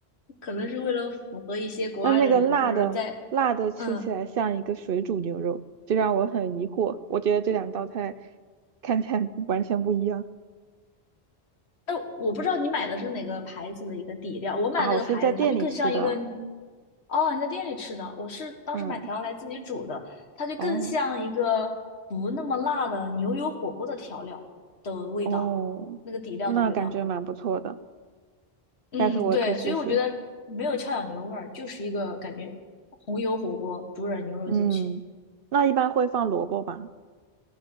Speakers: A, on the left; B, on the right.
A: 可能是为了符合一些国外的人，
B: 那那个辣的辣的吃起来像一个水煮牛肉，
A: 或者在，嗯，
B: 这让我很疑惑。我觉得这两道菜看起来 <laughs> 完全不一样
A: 但我不知道你买的是哪个牌子的一个底料，我买那个牌子，
B: 啊！我是在店里吃的，
A: 它就更像一个，哦，你在店里吃的，我是当时买调来自己煮的，
B: 嗯，
A: 它就更像一个不那么辣的牛油火锅的调料的味道，
B: 哦哦，
A: 那个底料的味道。
B: 那感觉蛮不错的，
A: 嗯，
B: 下次我可试试。
A: 对，所以我觉得没有翘脚牛肉味儿，就是一个感觉红油火锅煮点牛肉进去。
B: 嗯，那一般会放萝卜吧？